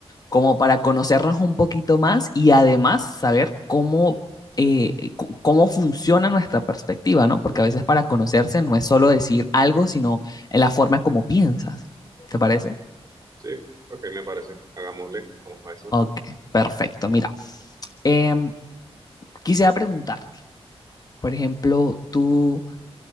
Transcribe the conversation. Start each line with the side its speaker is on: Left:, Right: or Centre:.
Left: como para conocernos un poquito más y además saber cómo, eh, cu- cómo funciona nuestra perspectiva, ¿no? Porque a veces para conocerse no es solo decir algo, sino en la forma como piensas. ¿Te parece?
Right: Sí, ok, me parece. Hagámosle. Vamos para eso.
Left: Ok, perfecto. Mira, em, quisiera preguntarte, por ejemplo, tú